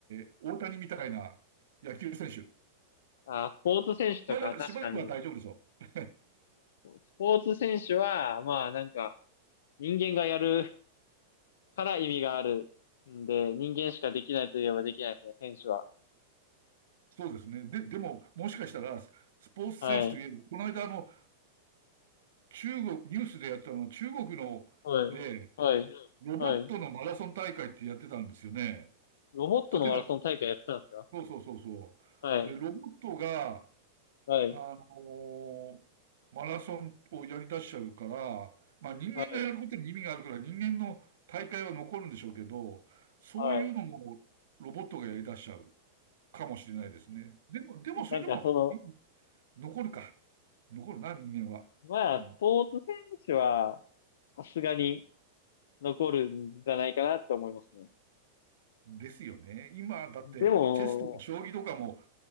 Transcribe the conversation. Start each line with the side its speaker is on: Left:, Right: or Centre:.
Right: ー、大谷みたいな野球選手。
Left: あ、スポーツ選手とか、
Right: まだしばらくは大丈夫でしょう。
Left: 確かに。スポーツ選手は、まあなんか、人間がやるから意味があるんで、人間しかできないといえばできないですね、選手は。
Right: そうですね。で、でも、もしかしたら、スポーツ選手といえば、
Left: はい。
Right: この間、あの、中国、ニュースでやったの、中国の、
Left: はい。
Right: で、
Left: はい。
Right: ロボットのマラソン大会ってやってたんですよね。
Left: はい。ロボットのマラソン大会やってたんですか
Right: 例えば、そうそうそうそう。
Left: はい。
Right: で、ロボットが、
Left: はい。
Right: あのマラソンをやり出しちゃうから、まあ人間がやることに意味があるから人間の大会は残るんでしょうけど、
Left: はい。
Right: そういうのもロボットがやり出しちゃう
Left: はい。
Right: かもしれないですね。でも、でもそれでもい
Left: なんかその、
Right: 残るか。残るな、人間は。
Left: まあ、
Right: うん。
Left: スポーツ選手は、さすがに残るんじゃないかなって思いますね。
Right: ですよね。今だってチェスとか将棋とかも
Left: でも、